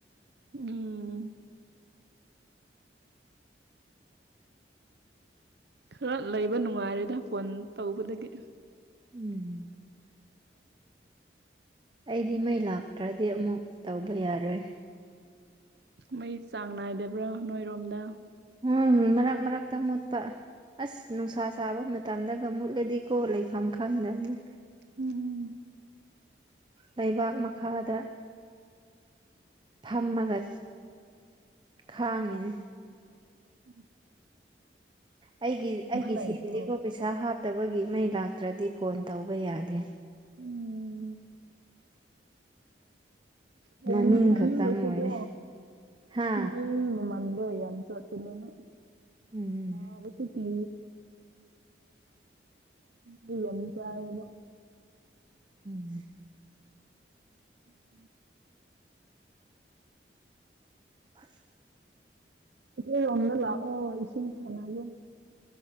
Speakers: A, on the right; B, on the right.
A: ꯎꯝ ꯈꯔ ꯂꯩꯕ ꯅꯨꯡꯉꯥꯏꯔꯦꯗ ꯐꯣꯟ ꯇꯧꯕꯗꯒꯤ
B: ꯎꯝ ꯑꯩꯗꯤ ꯃꯩ ꯂꯥꯛꯇ꯭ꯔꯗꯤ ꯑꯃꯨꯛ ꯇꯧꯕ ꯌꯥꯔꯣꯏ
A: ꯃꯩ ꯆꯥꯡ ꯅꯥꯏꯗꯕ꯭ꯔꯥ ꯅꯣꯏꯔꯣꯝꯗ
B: ꯎꯝ ꯃꯔꯛ ꯃꯔꯛꯇ ꯃꯨꯠꯄ ꯑꯁ ꯅꯨꯡꯁꯥ ꯁꯥꯕ ꯃꯇꯝꯗꯒ ꯃꯨꯠꯂꯗꯤ ꯀꯣ ꯂꯩꯐꯝ ꯈꯪꯗꯕꯅꯦ
A: ꯎꯝ
B: ꯂꯩꯕꯥꯛ ꯃꯈꯥꯗ ꯐꯝꯃꯒ ꯈꯥꯉꯅꯤ
A: ꯎꯝ
B: ꯑꯩꯒꯤ ꯑꯩꯒꯤ
A: ꯂꯩꯇ꯭ꯔꯣ
B: ꯁꯤꯁꯤꯒꯣ ꯄꯩꯁꯥ ꯍꯥꯞ ꯐꯠꯇꯕꯒꯤ ꯃꯩ ꯂꯥꯛꯇ꯭ꯔꯗꯤ ꯐꯣꯟ ꯇꯧꯕ ꯌꯥꯗꯦ
A: ꯎꯝ ꯄꯨꯡꯈꯅꯤ
B: ꯃꯃꯤꯡ ꯈꯛꯇꯪ
A: ꯉꯁ
B: ꯑꯣꯏꯔꯦ
A: ꯀꯣ
B: ꯍꯥ
A: ꯃ ꯃꯃꯥ ꯑꯗꯏ ꯌꯥꯝꯆꯥ ꯑꯗꯨꯅꯅ
B: ꯎꯝ
A: ꯍꯕꯁꯨ ꯊꯤ ꯟꯁꯤ ꯍꯥꯏꯗ
B: ꯎꯝ
A: ꯎꯝ
B: <unintelligible>
A: ꯌꯗ ꯂꯑꯣ ꯏꯁꯨ ꯆꯒꯦ